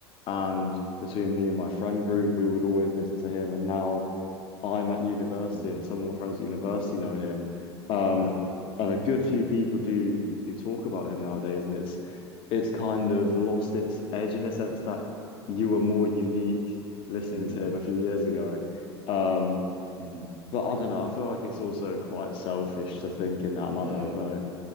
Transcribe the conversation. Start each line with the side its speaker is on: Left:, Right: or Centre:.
Left: and between me and my friend group, we would always listen to him. And now I'm at university,
Right: Mm.
Left: and some of my friends at university know him. Um,
Right: oh yeah
Left: and a good few people do do talk about him nowadays, and it's it's kind of lost its edge in a sense that you were more unique listening
Right: Mm,
Left: to him a few years ago. Um,
Right: mm,
Left: but I don't know. I feel like it's also quite selfish to think in that manner.
Right: yeah.
Left: I don't know